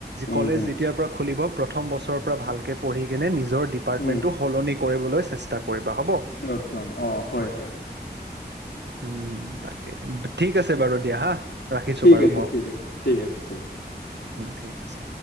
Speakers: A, on the left; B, on the right.
A: উম,
B: কলেজ
A: হম
B: যেতিয়াৰ পৰা খুলিব প্ৰথম বছৰৰ পৰা ভালকৈ পঢ়ি কিনে নিজৰ ডিপাৰ্টমেণ্টটো
A: উম,
B: সলনি কৰিবলৈ চেষ্টা কৰিবা হ'ব
A: একদম অ হয় হয়
B: উম তাকে ঠিক আছে বাৰু দিয়া হা ৰাখিছোঁ
A: ঠিক
B: বাৰু
A: আছে
B: মোক
A: ঠিক আছে ঠিক আছে ঠিক
B: ঠিক আছে